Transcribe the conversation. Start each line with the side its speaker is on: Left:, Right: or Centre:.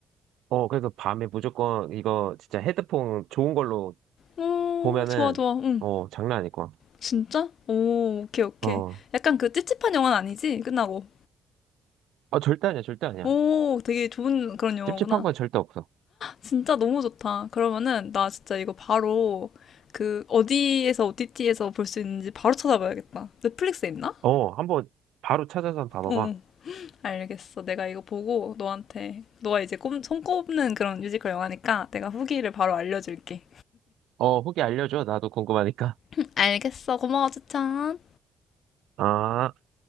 Right: 어 그래서 밤에 무조건 이거 진짜 헤드폰 좋은 걸로
Left: 오
Right: 보면은
Left: 좋아 좋아. 응.
Right: 어 장난 아닐 거야.
Left: 진짜? 오 오케이 오케이.
Right: 어,
Left: 약간 그 찝찝한 영화는 아니지? 끝나고.
Right: 아 절대 아니야 절대 아니야.
Left: 오 되게 좋은 그런 영화구나.
Right: 찝찝한 건 절대 없어.
Left: 진짜 너무 좋다. 그러면은 나 진짜 이거 바로 그 어디에서 OTT에서 볼 수 있는지 바로 찾아봐야겠다. 넷플릭스에 있나?
Right: 어, 한번 바로 찾아서 한번
Left: 응. 응.
Right: 봐봐봐.
Left: 알겠어. 내가 이거 보고 너한테 너가 이제 꼼, 손꼽는 그런 뮤지컬 영화니까 내가 후기를 바로 알려줄게.
Right: 어, 후기 알려줘. 나도 궁금하니까.
Left: 응, 알겠어. 고마워, 추천.
Right: 아.